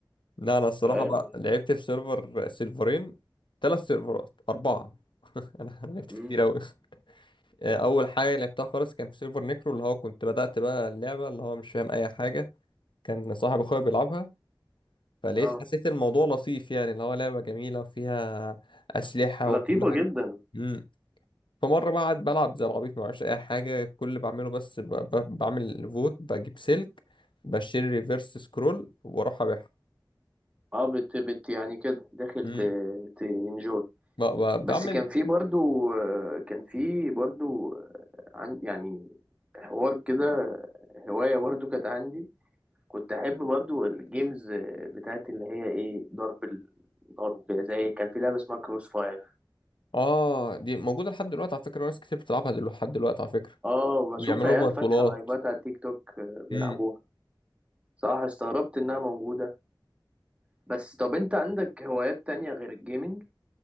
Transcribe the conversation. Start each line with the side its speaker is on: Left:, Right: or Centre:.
Left: لا انا الصراحة
Right: فاهم
Left: بقى لعبت في سيرفر سيرفرين ثلاث سيرفرات اربعة <laughs> انا أنا لعبت
Right: مم.
Left: في كتير اوي آه، اول حاجة لعبتها خالص كان في سيرفر نيكرو اللي هو كنت بدأت بقى اللعبة اللي هو مش فاهم اي حاجة كان صاحب اخويا بيلعبها فلقيت
Right: اه
Left: حسيت الموضوع لطيف يعني اللي هو لعبة جميلة وفيها أسلحة
Right: لطيفه
Left: وكل حاجة
Right: جدا
Left: مم. فمرة بقعد بلعب زي العبيط معرفش أي حاجة كل اللي بعمله بس ب... ب... بعمل فوت بجيب سلك بشتري ريفرس سكرول وأروح أبيعها
Right: اه بت بت يعني كده داخل
Left: مم.
Right: ت تنجوي
Left: ب... ب...
Right: بس
Left: بعمل
Right: كان في برضو آه، كان في برضو آه، عن يعني حوار كده هوايه برضو كانت عندي كنت احب برضو الجيمز آه، بتاعت اللي هي ايه ضرب النار وكده زي كان في لعبه اسمها كروس فاير
Left: آه دي موجودة لحد دلوقتي على فكرة ناس كتير بتلعبها دل- لحد دلوقتي على فكرة
Right: اه بشوف
Left: وبيعملوا
Right: عيال
Left: لها بطولات
Right: فاتحه لايفات على تيك توك آه، بيلعبوها
Left: مم.
Right: صح استغربت انها موجوده بس طب انت عندك هوايات تانية غير الجيمنج